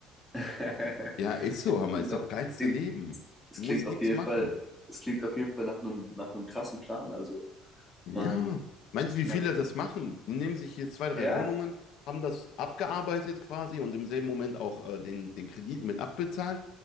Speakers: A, in the centre; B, on the left.
A: <laughs>
B: Ja, ist so, Hammer,
A: klingt,
B: ist
A: auf-
B: doch geilste
A: klingt,
B: Leben.
A: es
B: Du
A: klingt
B: musst
A: auf
B: nichts
A: jeden
B: machen.
A: Fall, es klingt auf jeden Fall nach einem, nach einem krassen Plan. Also
B: Ja,
A: man,
B: meinst du, wie
A: man,
B: viele das machen? Die nehmen sich hier zwei, drei
A: ja,
B: Wohnungen, haben das abgearbeitet quasi und im selben Moment auch äh, den, den Kredit mit abbezahlt.